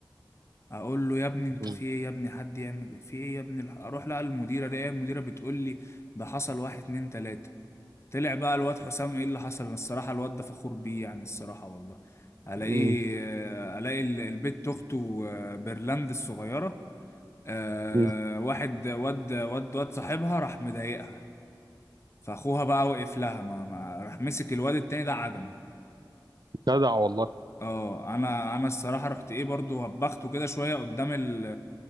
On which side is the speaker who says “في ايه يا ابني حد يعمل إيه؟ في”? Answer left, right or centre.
Left